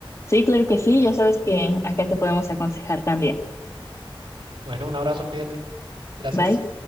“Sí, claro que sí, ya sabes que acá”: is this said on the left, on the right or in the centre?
Left